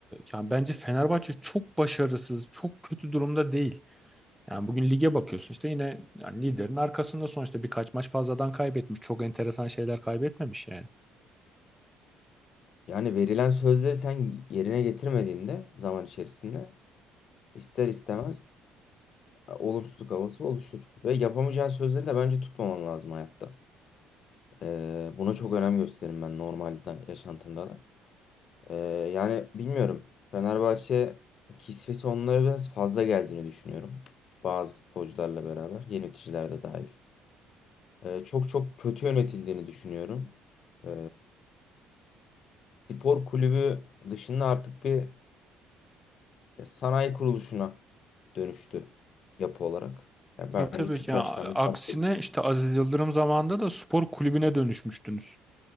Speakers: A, in the centre; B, on the left.
A: yani bence Fenerbahçe çok başarısız, çok kötü durumda değil. Yani bugün lige bakıyorsun işte yine yani liderin arkasında sonuçta birkaç maç fazladan kaybetmiş. Çok enteresan şeyler kaybetmemiş yani.
B: Yani verilen sözleri sen yerine getirmediğinde zaman içerisinde ister istemez e, olumsuzluk havası oluşur. Ve yapamayacağın sözleri de bence tutmaman lazım hayatta. E, buna çok önem gösteririm ben normalde yaşantımda da. Ee, yani bilmiyorum. Fenerbahçe kisvesi onlara biraz fazla geldiğini düşünüyorum. Bazı futbolcularla beraber, yeni yöneticiler de dahil. Ee, çok çok kötü yönetildiğini düşünüyorum. Ee, spor kulübü dışında artık bir e, sanayi kuruluşuna dönüştü yapı olarak. Yani
A: Tabii
B: bence
A: tabii
B: Tüpraş'tan
A: ya
B: bir
A: aksine
B: fark yok.
A: işte Aziz Yıldırım zamanında da spor kulübüne dönüşmüştünüz.